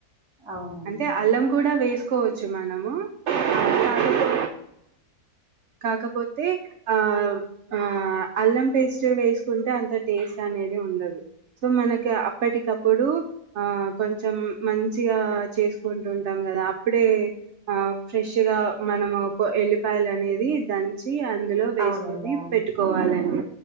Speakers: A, on the right (about 15°); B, on the right (about 60°).
A: అవునండి
B: అంటే అల్లం కూడా వేస్ తీసుకోవచ్చు మనము ఆహ్,
A: అ
B: కాకపో కాకపోతే ఆ ఆ అల్లం పేస్ట్ వేసుకుంటే అంత టేస్ట్ అనేది ఉండదు సో మనకి అప్పటికప్పుడు ఆ కొంచెం మంచిగా చేసుకుంటు ఉంటాం కదా అప్పుడే ఆ ఫ్రెష్గా మనము ఎల్లిపాయలు అనే ది దంచ్ తి అందులో వేసుకొని
A: అవునండి అవును
B: పెట్టుకోవాలండి